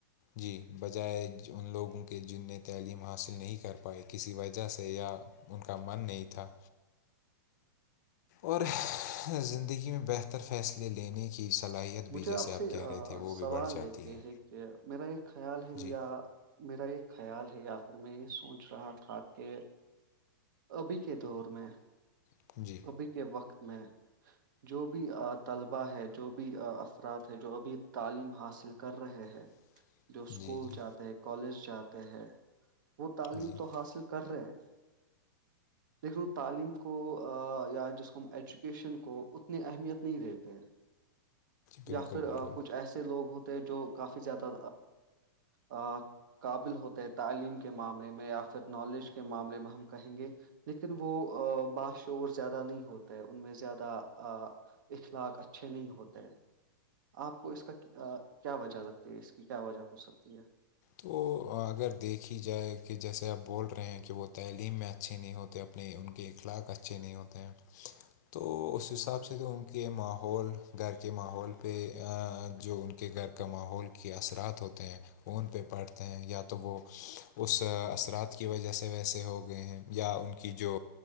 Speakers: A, on the left; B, on the right.
A: جی بجائے ان لوگوں کے جن نے تعلیم حاصل نہیں کر پائے کسی وجہ سے یا ان کا من نہیں تھا اور زندگی میں بہتر فیصل لینے کی صلاحیت بھی
B: مجھے
A: جیسے
B: سے
A: آپ کہہ
B: آ،
A: رہے تھے وہ بھی
B: سوال
A: بڑھ جاتی
B: کہ
A: ہے
B: کہ میرا ایک خیال ہے
A: جی
B: یا میرا یہ خیال ہے یا پھر میں یہ سوچ رہا تھا کہ ابھی کے دور میں
A: جی
B: ابھی کے وقت میں جو بھی طلباء ہے جو بھی افراد ہے جو بھی تعلیم حاصل کر رہے ہے
A: <inaudible>
B: جو اسکول
A: جی
B: جاتے ہیں کالج جاتے ہیں وہ تعلیم
A: جی جی
B: تو حاصل کر رہے دیکھ لو تعلیم کو یا جس کو ہم ایجوکیشن کو اتنی اہمیت نہیں دیتے
A: بالکل
B: یا پھر
A: بالکل
B: کچھ ایسے لوگ ہوتے ہیں جو کافی زیادہ آ قابل ہوتے ہے تعلیم کے معاملے میں یا پھر نالج کے معاملے میں ہم کہیں گے لیکن وہ باش شور زیادہ نہیں ہوتے ان میں زیادہ اخلاق اچھے نہیں ہوتے آپ کو اس کا کیا وجہ لگتی ہے اس کی کیا وجہ ہو سکتی ہے
A: تو اگر دیکھی جائے کہ جیسے آپ بول رہے ہیں کہ وہ تعلیم میں اچھے نہیں ہوتے اپ نہیں ان کے اخلاق اچھے نہیں ہوتے ہیں تو اس حساب سے جو ان کے ماحول گھر کے ماحول پہ جو ان کے گھر کا ماحول کے اثرات ہوتے ہیں فون پہ پڑھتے ہیں یا تو وہ اس اثرات کی وجہ سے ویسے ہو گئے ہیں یا ان کی جو